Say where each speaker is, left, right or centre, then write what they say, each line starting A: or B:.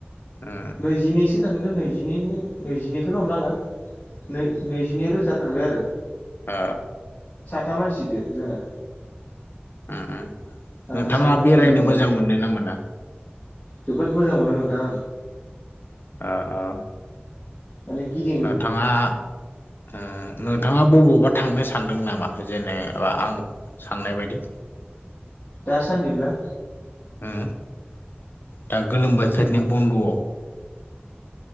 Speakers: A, on the left; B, on the left.
A: ओ
B: नैजिनैसो थांदो नैजिनैनि नैजिनैखौनो हमना ला नैजिनै रोजा थांदो आरो।
A: अ
B: साथा मानसिदो जोङो
A: ओ
B: आंनि
A: नोंथाङा
B: सानै लोगो
A: बेरायनो
B: दंमोन
A: मोजां
B: आरो
A: मोनो ना मोना?
B: जोबोद मोजां मोनो नोंथां।
A: अ अ
B: मान गिदिर
A: नोंथाङा ओ नोंथाङा बबावबा थांनो सानदों नामा जेनेबा आं साननाय बायदि
B: दासान्दिब्ला
A: उम दा गोलोम बोथोरनि
B: थां
A: बन्द'आव